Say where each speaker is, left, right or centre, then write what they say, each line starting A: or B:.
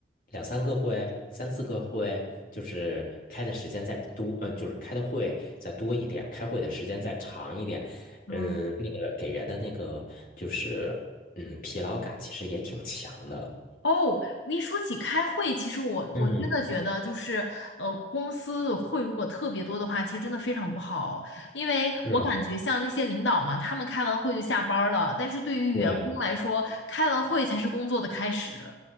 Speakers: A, on the left; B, on the left.
A: 两三个会、三四个会，就是开的时间再多，嗯、就是开的会再多一点，开会的时间再长一点，
B: 嗯，
A: 嗯，那个给人的那个就是嗯疲劳感其实也挺强的。
B: 哦，我一说起开会，其实我我真的觉得就是，
A: 嗯，
B: 呃，公司的会如果特别多的话，其实真的非常不好，因为我感觉像那些领导嘛，
A: 是啊，
B: 他们开完会就下班儿了，但是对于员工来说，
A: 对，
B: 开完会才是工作的开始。